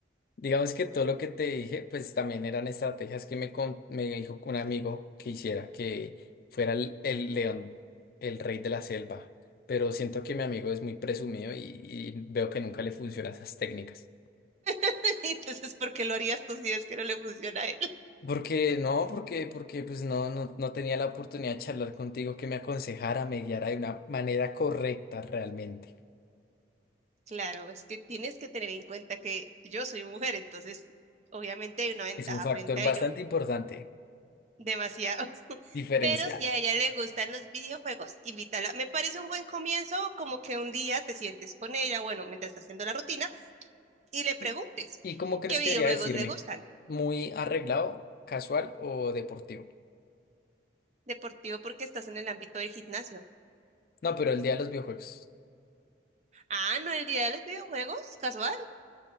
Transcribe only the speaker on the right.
<laughs> Entonces, ¿por qué lo harías tú si es que no le funciona a él? <laughs>
Claro, es que tienes que tener en cuenta que yo soy mujer, entonces obviamente hay una ventaja
frente a
ello
demasiado.
Pero si a ella le gustan los videojuegos, invítala. Me parece un buen comienzo, como que un día te sientes con ella, bueno, mientras estás haciendo la rutina, y le preguntes
qué videojuegos
le gustan.
Deportivo porque estás en el ámbito del gimnasio.
Ah, no, el día de los videojuegos, casual.